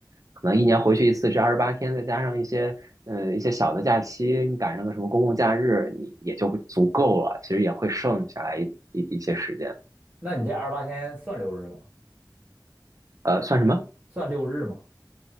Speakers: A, on the right; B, on the right.
A: 可能一年回去一次，这二十八天再加上一些呃一些小的假期，你赶上个什么公共假日，你也就会足够了。其实也会剩下来一一一些时间。
B: 那你这二十八天算六日吗？
A: 呃，算什么？
B: 算六日吗？